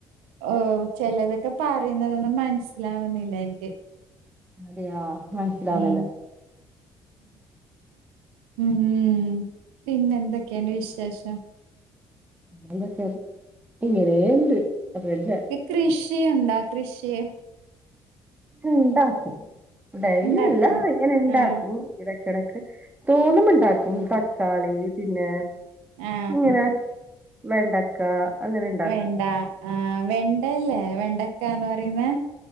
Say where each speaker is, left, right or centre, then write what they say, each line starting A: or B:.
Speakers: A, on the right; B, on the right.
A: ഓ ചെലതൊക്കെ പറയുന്നതൊന്നും മനസ്സിലാവ്ന്നില്ല എനിക്ക്
B: അതെയോ മനസ്സിലാവ്ന്നില്ല
A: ഉം ഉം പിന്നെ എന്തൊക്കെണ്ട് വിശേഷം
B: ന്തൊക്കെ ഇങ്ങനെ ഉണ്ട് അതല്ല
A: കൃഷിയുണ്ടാ കൃഷിയെ
B: ഇണ്ടാക്കും ഡെയ്ലിയല്ല
A: ഉണ്ടാക്കോ
B: ഇങ്ങനെ ഇണ്ടാക്കും
A: ആഹ്
B: ഇടെക്ക് ക്കിടക്ക് തോന്നുമ്പോ ഇണ്ടാക്കും തക്കാളി പിന്നെ
A: ആഹ്
B: ക്കിങ്ങനെ വെണ്ടക്ക അങ്ങനെ ഇണ്ടാക്കും
A: വെണ്ട ആഹ് വെണ്ടയല്ലേ വെണ്ടക്കാന്ന് പറയുന്നേ?